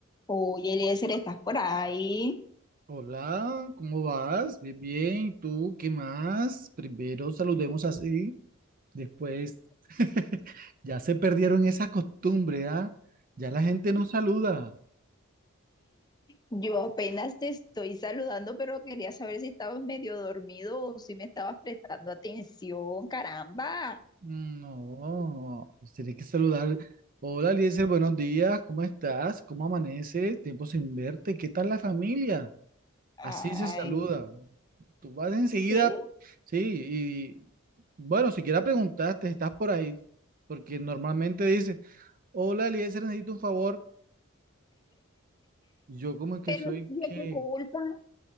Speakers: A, on the left; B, on the right.
A: Oye, Eliezer, ¿estás por ahí?
B: Hola, ¿cómo vas? Bien, bien. ¿Tú qué más? Primero saludemos así, después <laughs> ya se perdieron esa costumbre, ¿ah? Ya la gente no saluda.
A: Yo apenas te estoy saludando, pero quería saber si estabas medio dormido o si me estabas prestando atención, caramba.
B: Mm, No, pues tienes que saludar. Hola, Eliezer, buenos días. ¿Cómo estás? ¿Cómo amaneces? Tiempo sin verte. ¿Qué tal la familia?
A: Ay,
B: Así se saluda. Tú vas enseguida,
A: sí,
B: sí, y bueno, siquiera preguntaste, estás por ahí, porque normalmente dice. Hola, Eliezer, necesito un favor. Yo como que
A: pero
B: soy
A: yo
B: que,
A: qué culpa.